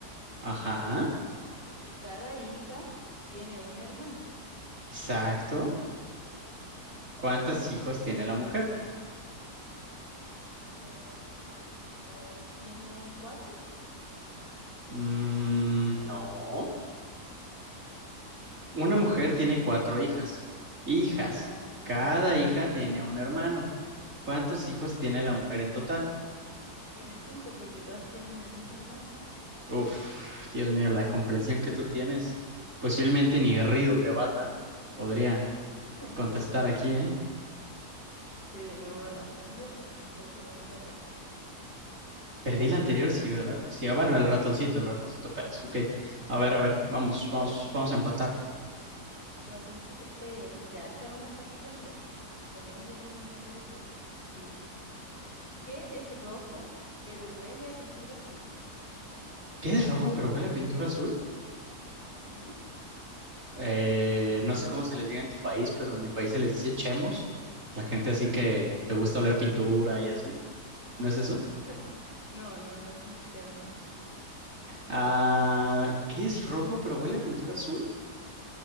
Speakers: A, on the right; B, on the left.
A: Ajá,
B: y cada hija tiene un hermano.
A: exacto. ¿Cuántos hijos tiene la mujer?
B: Eh, ¿no ¿tiene cuatro?
A: Mm, no. Una mujer tiene cuatro hijas. Hijas.
B: Ya entendí,
A: Cada
B: entendí.
A: hija tiene un hermano. ¿Cuántos hijos tiene la mujer en total?
B: Tiene cinco porque todas tienen el mismo hermano.
A: Uf, Dios mío, la comprensión que tú tienes. Posiblemente ni Riddle de Batman podría
B: <laughs>
A: contestar aquí, ¿eh?
B: Estoy de nuevo arrasando y le estáis quedando para atrás.
A: Perdí
B: Ya.
A: la anterior, sí, ¿verdad? Sí, ah, bueno, el ratoncito,
B: Ujú.
A: el ratoncito Pérez. Ok. A ver, a ver, vamos, vamos, vamos a empatar.
B: El ratoncito Pérez, ya, esta es una fácil también, también es de comprensión de lectura. Dice, ¿qué es rojo pero huele a pintura azul?
A: ¿Qué es rojo pero huele a pintura azul?
B: Ujú,
A: Eh, no sé cómo se les diga en tu país, pero en mi país se les dice chemos. La gente así que le gusta oler pintura y así. ¿No es eso?
B: <laughs> No, no, no es un chemo.
A: Ah, ¿qué es rojo pero huele a pintura azul?